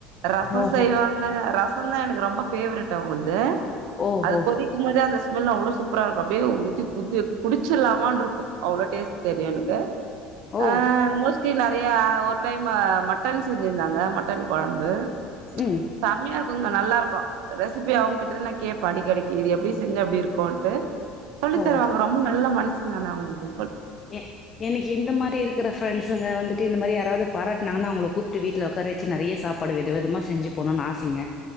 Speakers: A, on the right; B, on the left.
A: ரசோ
B: ஓஹோ
A: செய்வாங்க ரச தா எனக்கு ரொம்பபேவரெட் அவ்ங்கள்து
B: ஓஹோ
A: அது கொதிக்கும்போதே அந்த ஸ்மெல் அவ்ளோ சூ ப்பரா இருக்கு அப்டியே ஊத்தி குடி குடிச்சிடலாமான்னு இருக்கு அவ்ளோ டேஸ்ட் தெரியு எனுக்கு
B: ஓ
A: ஆ மோஸ் லி நெறையா ஒரு டைமு மட்டன் செஞ்சிந்தாங்க மட்டன் கொழம்பு
B: ம்
A: செமையா இருக்குங்க நல்லாருக்கு ரெசிபி அவ்ங்க கிட்ட த நா கேப்பே அடிக்கடிக்கு இது எப்டி செஞ்சு அப்டி இருக்குன்ட்டு சொல்லி
B: ஓ
A: தருவாங்க ரொம்ப நல்ல மனசுங்கானா அவுங்குளுக்கு
B: ஏ எனுக்கு இந்த மாரி இருக்கிற ஃரெண்ட்ஸுங்க வந்துட்டு இந்த மாரி யாராவது பாராட்டாங்கன்னு அவங்கள கூப்ட்டு வீட்டுல உக்கார வெச் சி நெறைய சாப்பாடு வித விதமா செஞ்சு போணுன்னு ஆசைங்க